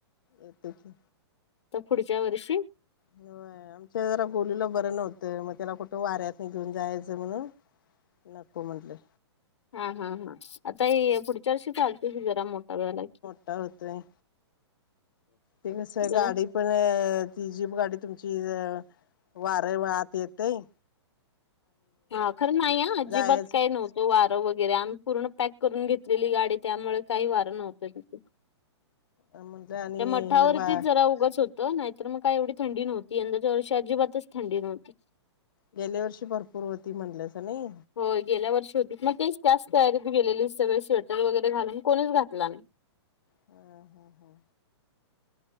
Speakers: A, on the left; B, on the left.
A: येतो की
B: आता पुढच्या वर्षी?
A: होय आमच्या जरा गोलुला बरं नव्हतं म त्याला कुठं वाऱ्यातनं घेऊन जायचं म्हणून, नको म्हटलं.
B: हा हा हा आता हे पुढच्या वर्षी चालतंस की जरा मोठा झाला की.
A: मोठा होतोय. ते कसं
B: जरा
A: गाडीत. पण ती जीप गाडी तुमची वारं वाआत येतंय.
B: हा खरं नाही हा अजिबात
A: जायच
B: काय नव्हतं. तो वारं वगैरे आम्ही पूर्ण पॅक करून घेतलेली गाडी त्यामुळे काही वारं नव्हतं तिथे.
A: म्हटलं आणि
B: त्या मठावरतीच
A: हे बा
B: जरा उगस हो त नाहीतर मग काय येवढी थंडी नव्हती यंदाच्या वर्षी अजिबातचं थंडी नव्हती.
A: गेल्या वर्षी भरपूर होती म्हणलेसा ने?
B: होय गेल्या वर्षी होती मग तेच त्याच तयारीत गेलेली सगळे शोर्टर वगैरे घालून कोणीच घातला नाही.
A: हा हा हा